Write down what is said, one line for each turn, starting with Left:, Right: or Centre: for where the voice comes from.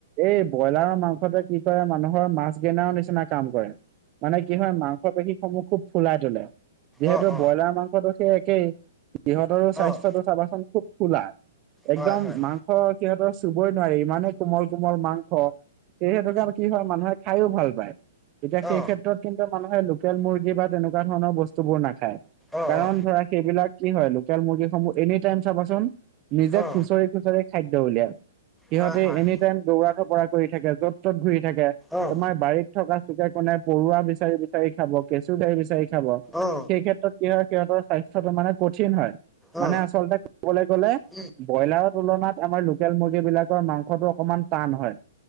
Right: এই ব্ৰইলাৰৰ মাংসতে কি কৰে মানুহৰ মাছ দেনাৰও নিচিনা কাম কৰে। মানে কি হয় মাংস পেশীসমূহ খুব ফুলাই তোলে। যিহেতু
Centre: অ',
Right: ব্ৰইলাৰ মাংস সেই একেই সিহঁতৰো স্বাস্থ্যটো
Centre: অ', অ'।
Right: চাবাচোন খুব ফুলা।
Centre: হয়
Right: একদম
Centre: হয়
Right: মাংস সিহঁতৰ চুবই নোৱাৰি ইমানে কোমল কোমল মাংস সেহসেতোকে কি হয় মানুহে খায়ো ভাল পায় এতিয়া সেই
Centre: অ
Right: ক্ষেত্ৰত। কিন্তু মানুহে লোকেল মুৰ্গী বা তেনেকুৱা ধৰণৰ বস্তুবোৰ নাখায়
Centre: অ
Right: কাৰণ
Centre: অ
Right: ধৰা সেইবিলাক। কি হয় লোকেল মুৰ্গীসমূহ এনি টাইম চাবাচোন নিজে
Centre: অ
Right: খুচৰি খুচৰি খাদ্য উলিয়ায়। সিহঁতে
Centre: হয় হয়
Right: এনি টাইম দৌৰা থপৰা কৰি থাকে য'ত ত'ত ঘূৰি থাকে
Centre: অ
Right: তোমাৰ বাৰীত। থকা চুকে কোনে পৰুৱা বিচাৰি বিচাৰি খাব কেচু কাৰি বিচাৰি। সেই
Centre: অ
Right: ক্ষেত্ৰত কি হয় সিহতৰ স্বাস্থ্যটো মানে কঠিন হয়
Centre: অ
Right: মানে আচলতে। ক'বলৈ গ'লে
Centre: উম
Right: ব্ৰইলাৰৰ তুলনাত আমাৰ লোকেল মুৰ্গী বিলাকৰ মাংসটো অকমান টান হয়।